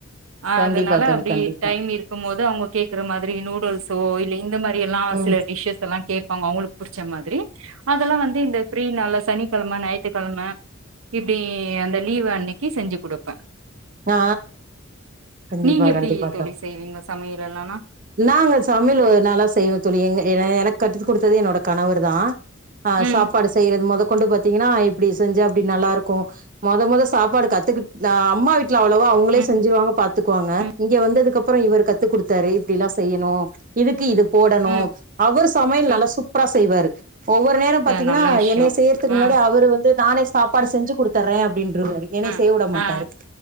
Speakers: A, on the right (about 80°); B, on the right (about 40°).
A: அ
B: கண்டிப்பா
A: அதுனால
B: தோழி
A: அப்டி
B: கண்டிப்பா
A: டைம் இருக்கம் போது அவுங்க கேக்குற மாதிரி நூடுல் ஸோ இல்லை இந்த மாரியெல்லா
B: ம்
A: சில டிஷ்ஷஸ்ஸல்லா கேப்பாங்க அவுங்களு புடிச்ச மாதிரி அதெல்லா வந்து இந்த ஃப்ரீ நாள்ல சனிக்கெழம ஞாயித்திக்கெழம இப்டி அந்த லீவு அன்னை க்கி செஞ்சி குடுப்ப
B: அ ஆ கண்டிப்பா
A: நீங்க எப்டி
B: கண்டிப்பா
A: தோழி செய்வீங்க சமையலெல்லானா
B: நாங்க சம்யலு நல்லா செய்வ தோழி எங்க ஏ எனக் கத்துக் குடுத்தது என்னோட கணவர் தா ஆ
A: ம்
B: சாப்பாடு செய்றது மொதக் கொண்டு பாத்தீங்கன்னா இப்டி செஞ்சா இப்டி நல்லா இருக்கு மொத மொத சாப்பாடு கத்துக்கிட் நா அம்மா வீட்ல அவ்ளவோ அவுங்களே
A: ம்
B: செஞ்சிருவாங்க பாத்துக்குவாங்க
A: ம்
B: இங்கெ வந்ததுக்கப்பறொ இவரு கத்துக் குடுத்தாரு இப்டில்லா செய்யணு இதுக்கு இதுப் போடணு
A: ம்
B: அவரு சமையல்
A: ம்
B: நல்லா சூப்பரா செய்வாரு ஒவ்வொரு நேரம் பாத்தீங்கன்னா
A: த நல்ல விஷ்யோ
B: என்னைய செய்யற்துக்கு முன்னாடி
A: ம்
B: அவரு வந்து நானேஸ் சாப்பாடு செஞ்சு குடுத்தர்றே அப்டின் ருவாரு என்னைய
A: ம்
B: செய்ய உட மாட்டாரு
A: ஆ